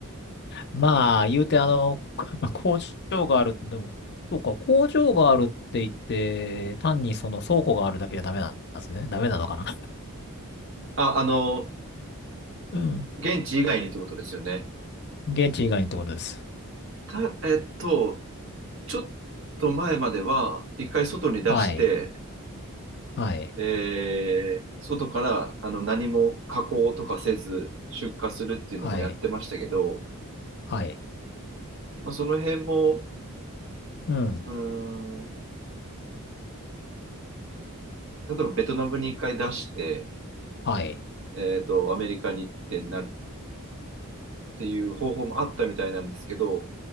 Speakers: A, on the left; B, on the right.
A: まあ、言うてあの、<laughs> 工場がある、でも、そうか、工場があるって言って、単にその倉庫があるだけじゃダメなんですね。ダメなのかな。
B: あ、あの、
A: うん。
B: 現地以外にってことですよね。
A: 現地以外にってことです。
B: た、えっと、ちょっと前までは、一回外に出して、
A: はい。はい。
B: えー外からあの何も加工とかせず出荷するっていうのもやってましたけど、
A: はい。はい。
B: まあ、その辺も、
A: うん。
B: うーん、例えばベトナムに一回出して、
A: はい。
B: えっと、アメリカに行ってなるっていう方法もあったみたいなんですけど、